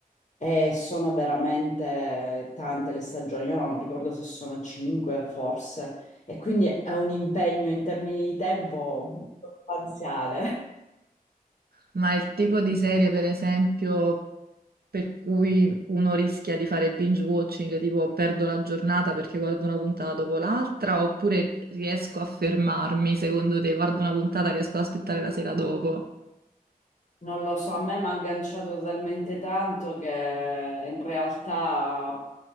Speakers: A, on the left; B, on the right.
A: e sono veramente tante le stagioni, io non ricordo se sono 5 forse, e quindi è un impegno in termini di tempo sostanziale.
B: ma il tipo di serie, per esempio. per cui uno rischia di fare binge watching, tipo perdo la giornata perché guardo una puntata dopo l'altra, oppure riesco a fermarmi, secondo te, guardo una puntata, riesco ad aspettare la sera dopo.
A: Non lo so, a me mi ha agganciato talmente tanto che in realtà